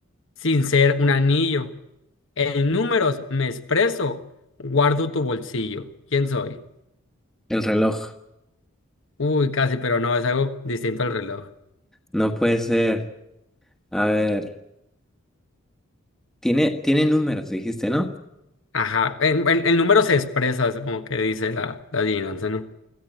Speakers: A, on the left; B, in the centre.
A: sin ser un anillo. En números me expreso, guardo tu bolsillo. ¿Quién soy?
B: El reloj.
A: Uy, casi, pero no, es algo distinto al reloj.
B: No puede ser. A ver. Tiene, tiene números, dijiste, ¿no?
A: Ajá, en, en, en números se expresa, es como que dice la, la adivinanza, ¿no?